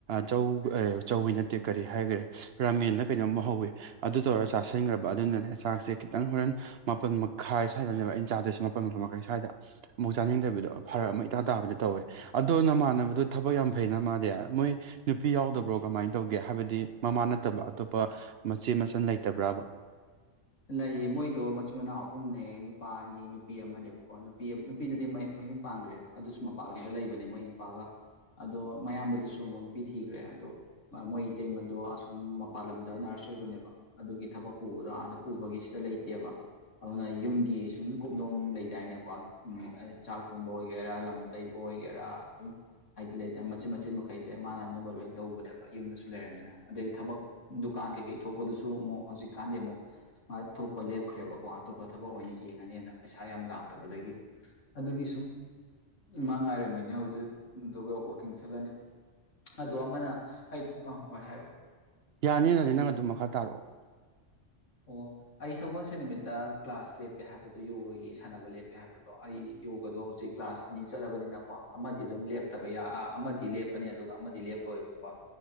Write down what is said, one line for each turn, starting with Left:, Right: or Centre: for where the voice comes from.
Right: ꯆꯧ ꯆꯧ ꯋꯏ ꯅꯠꯇꯦ ꯀꯔꯤ ꯍꯥꯏꯒꯔ꯭ꯦ ꯔꯥꯃꯦꯟꯅ ꯀꯩꯅꯣꯝꯃ ꯍꯧꯋꯤ ꯑꯗꯨ ꯇꯧꯔꯒ ꯆꯥꯁꯤꯟꯈ꯭ꯔꯕ ꯑꯗꯨꯅꯅꯦ ꯆꯥꯛꯁꯦ ꯈꯤꯇꯪ ꯍꯣꯔꯦꯟ ꯃꯥꯄꯜ ꯃꯈꯥꯏ ꯁ꯭ꯋꯥꯏꯗꯅꯦꯕ ꯑꯩꯅ ꯆꯥꯗꯣꯏꯁꯦ ꯃꯥꯄꯜ ꯃꯥꯄꯜ ꯃꯈꯥꯏ ꯁ꯭ꯋꯥꯏꯗ ꯑꯃꯨꯛ ꯆꯥꯅꯤꯡꯗꯕꯤꯗꯣ ꯐꯔꯛ ꯑꯃ ꯏꯇꯥ ꯇꯥꯕꯗꯤ ꯇꯧꯋꯦ ꯑꯗꯣ ꯅꯃꯥꯟꯅꯕꯗꯣ ꯊꯕꯛ ꯌꯥꯝ ꯐꯩꯅ ꯃꯥꯗꯤ ꯃꯣꯏꯗꯤ ꯅꯨꯄꯤ ꯌꯥꯎꯗꯕ꯭ꯔꯣ ꯀꯃꯥꯏꯅ ꯇꯧꯒꯦ ꯍꯥꯏꯕꯗꯤ ꯃꯃꯥ ꯅꯠꯇꯕ ꯑꯇꯣꯞꯄ ꯆꯦ ꯃꯆꯟ ꯂꯩꯇꯕ꯭ꯔꯥꯕ
Left: ꯂꯩꯑ ꯃꯣꯏꯗꯣ ꯃꯆꯤꯟ ꯃꯅꯥꯎ ꯑꯍꯨꯝꯅꯦ ꯅꯨꯄꯥ ꯑꯅꯤ ꯅꯨꯄꯤ ꯑꯃꯅꯦꯕꯀꯣ ꯅꯨꯄꯤ ꯅꯨꯄꯤꯗꯨꯗꯤ ꯃꯌꯨꯝ ꯄꯥꯡꯈ꯭ꯔꯦ ꯑꯗꯨꯁꯨ ꯃꯄꯥꯜ ꯂꯝꯗ ꯂꯩꯕꯅꯦ ꯃꯣꯏ ꯅꯨꯄꯥꯒ ꯑꯗꯣ ꯃꯌꯥꯝꯕꯗꯨꯁꯨ ꯑꯃꯨꯛ ꯅꯨꯄꯤ ꯊꯤꯈ꯭ꯔꯦ ꯑꯗꯣ ꯃꯣꯏꯇꯩꯃꯗꯣ ꯑꯁꯨꯝ ꯃꯄꯥꯜ ꯂꯝꯗ ꯅꯔꯁ ꯑꯣꯏꯕꯅꯦꯕ ꯑꯗꯨꯒꯤ ꯊꯕꯛ ꯄꯨꯕꯗꯣ ꯑꯥ ꯗ ꯄꯨꯕꯒꯤ ꯁꯤꯗ ꯂꯩꯇꯦꯕ ꯑꯗꯨꯅ ꯌꯨꯝꯒꯤ ꯁꯨꯝ ꯀꯨꯞꯅꯣꯝ ꯂꯩꯗꯥꯏꯅꯦꯀꯣ ꯎ ꯆꯥꯛ ꯊꯣꯡꯕ ꯑꯣꯏꯒꯦꯔꯥ ꯂꯝ ꯇꯩꯕ ꯑꯣꯏꯒꯦꯔꯥ ꯑꯗꯨꯝ ꯍꯥꯏꯗꯤ ꯂꯩ ꯃꯆꯤꯟ ꯃꯆꯤꯟ ꯃꯈꯩꯁꯦ ꯃꯥꯟꯅꯅꯕ ꯂꯣꯏꯅ ꯇꯧꯕꯅꯦꯕ ꯌꯨꯝꯗꯁꯨ ꯂꯩꯔꯝꯃꯤꯅ ꯑꯗꯩ ꯊꯕꯛ ꯗꯨꯀꯥꯟ ꯀꯩꯀꯩ ꯊꯣꯛꯄꯗꯨꯁꯨ ꯑꯃꯨꯛ ꯍꯧꯖꯤꯛꯀꯥꯟꯗꯤ ꯑꯃꯨꯛ ꯃꯥ ꯊꯣꯛꯄ ꯂꯦꯞꯈ꯭ꯔꯦꯕꯀꯣ ꯑꯇꯣꯞꯄ ꯊꯕꯛ ꯑꯣꯏꯅ ꯌꯦꯡꯉꯅꯤꯅ ꯄꯩꯁꯥ ꯌꯥꯝ ꯂꯥꯛꯇꯕꯗꯒꯤ ꯑꯗꯨꯒꯤ ꯁꯨꯝ ꯃꯥ ꯉꯥꯏꯔꯝꯃꯤꯅꯦ ꯍꯧꯖꯤꯛ ꯑꯗꯨꯒ ꯋꯀꯤꯡ ꯆꯠꯂꯅꯤ ꯑꯗꯣ ꯑꯃꯅ ꯑꯩ ꯑ ꯍꯣꯏ ꯍꯥꯏꯔꯛꯑꯣ
Right: ꯌꯥꯅꯤ ꯌꯥꯅꯤ ꯅꯪ ꯑꯗꯨꯝ ꯃꯈꯥ ꯇꯥꯔꯛꯑꯣ
Left: ꯑꯣ ꯑꯩ ꯁꯒꯣꯜꯁꯦꯟ ꯅꯨꯃꯤꯠꯇ ꯀ꯭ꯂꯥꯁ ꯂꯦꯞꯀꯦ ꯍꯥꯏꯕꯗꯣ ꯌꯣꯒꯒꯤ ꯁꯥꯟꯅꯕ ꯂꯦꯞꯀꯦ ꯍꯥꯏꯕꯗꯣ ꯑꯩ ꯌꯣꯒꯗꯣ ꯍꯧꯖꯤꯛ ꯀ꯭ꯂꯥꯁ ꯑꯅꯤ ꯆꯠꯂꯕꯅꯤꯅꯀꯣ ꯑꯃꯗꯤ ꯑꯗꯨꯝ ꯂꯦꯞꯇꯕ ꯌꯥ ꯑꯃꯗꯤ ꯂꯦꯞꯄꯅꯤ ꯑꯗꯨꯒ ꯑꯃꯗꯤ ꯂꯦꯞꯄꯣꯏꯕꯀꯣ